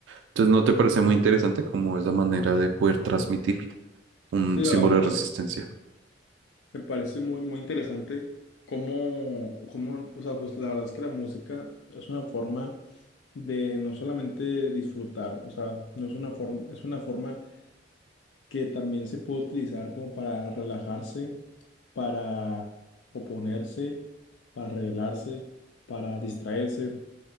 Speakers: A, on the right (about 80°); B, on the left (about 80°).
A: Entonces, ¿no te parece muy interesante como es la manera de poder transmitir un
B: Sí, la
A: símbolo
B: verdad,
A: de resistencia?
B: Me parece muy, muy interesante cómo, cómo, o sea, pues la verdad es que la música es una forma de no solamente disfrutar, o sea, no es una forma, es una forma que también se puede utilizar como para relajarse, para oponerse, para rebelarse, para distraerse.